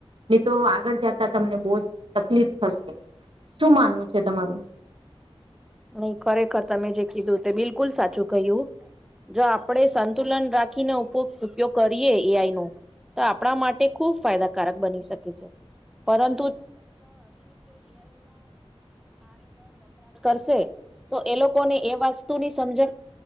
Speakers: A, on the right (about 55°); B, in the centre.
A: ને તો આગળ જતા તમને બો જ તકલીફ થશે શું માનવું છે તમારું?
B: નઇ ખરેખર તમે જે કીધું તે બિલકુલ સાચું કહ્યું જો આપડે સંતુલન રાખીને ઉપ ઉપયોગ કરીએ. એઆઈ નો તો આપણા માટે ખુબ ફાયદાકારક બની શકે છે. પરન શે તો એ લોકોને. એ વસ્તુની સમજણ